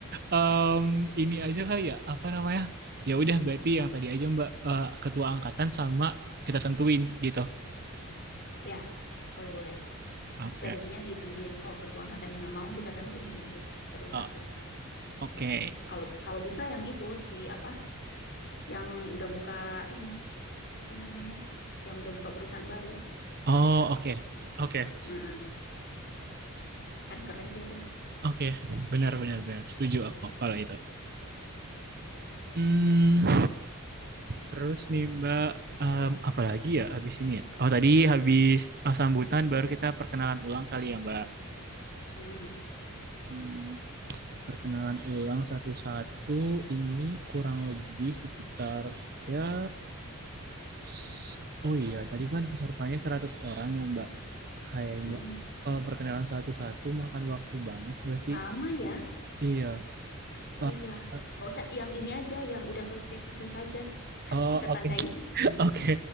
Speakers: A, on the right; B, on the left.
A: em, ini aja kali ya apa namanya? Ya udah berarti yang tadi aja Mbak eh, ketua angkatan sama kita tentuin gitu.
B: Ya, boleh, boleh.
A: Oke.
B: Plan B-nya ditentuin. Kalau ketua angkatannya nggak mau, kita tentuin tunjuk terus
A: Oh,
B: satu.
A: oke.
B: Kalau kalau bisa yang itu si apa? Yang udah buka ini apa namanya? Yang udah buka perusahaan baru.
A: Oh, oke. Oke.
B: Nah, ah. kan keren dia tuh.
A: Oke. Benar benar benar. Setuju aku kalau itu. Hmm. Terus nih Mbak, em, apa lagi ya habis ini ya? Oh tadi habis eh, sambutan baru kita perkenalan ulang kali ya Mbak.
B: Hmm.
A: Hmm, perkenalan ulang satu-satu ini kurang lebih sekitar ya s- oh iya tadi kan pesertanya 100 orang ya Mbak. Kayaknya
B: mm-mm.
A: kalau perkenalan satu-satu makan waktu banyak nggak sih?
B: Lama ya?
A: Iya.
B: Iya.
A: Eh, eh,
B: Gak usah yang ini aja, yang udah sukses-sukses aja
A: oh,
B: Kita tandain.
A: oke Oke,